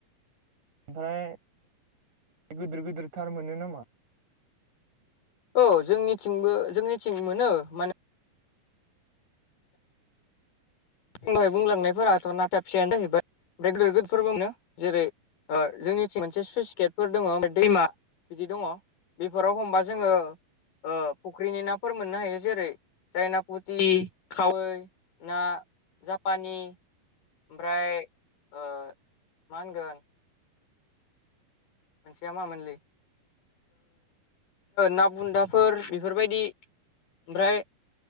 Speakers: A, on the right; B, on the left.
A: ओमफ्राय गिदिर गिदिर थार मोनो नामा
B: औ जोंनिथिंबो जोंनिथिं मोनो माने आं दवहाय बुंलांनायफोराथ' ना फेबसेयानो जाहैबाय ओमफ्राय गिदिर गिदिर फोरबोनो जेरै जोंनिथिं मोनसे स्लुइस गेटफोर दङ दैमा बिदि दङ बेफोराव हमबा जोङो फुख्रिनि नाफोर मोननो हायो जेरै जायना फुथि खावै ना जापानि ओमफ्राय मा होनगोन मोनसेया माोनलै ना बुन्दाफोर बेफोरबायदि ओमफ्राय